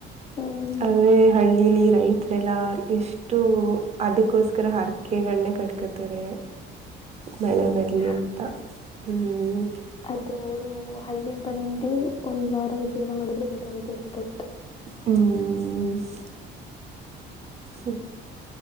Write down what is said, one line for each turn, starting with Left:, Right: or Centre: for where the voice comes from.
Left: ಹ್ಮ್
Right: ಆದರೆ ಹಳ್ಳಿಲಿ ರೈತರೆಲ್ಲ ಎಷ್ಟು ಅದಕ್ಕೋಸ್ <unintelligible> ಹರಕೆಗಳನ್ನೇ ಕಟ್ಕೊತಾರೆ ಮಳೆ
Left: ಅದ
Right: ಬರ್ಲಿ
Left: ನಿಜ
Right: ಅಂತ. ಹ್ಮ್
Left: ಅದು ಅವರು ಹಳ್ಳಿಗ್ ಬಂದ ಒಂದ್ ವಾರ ಜೀವನ ಮಾಡಿದ್ರೆ ಗೊತ್ತಾಗುತ್ತೆ ಅದ್ರ ಕಷ್ಟ
Right: ಹ್ಮ್ ಹ್ಮ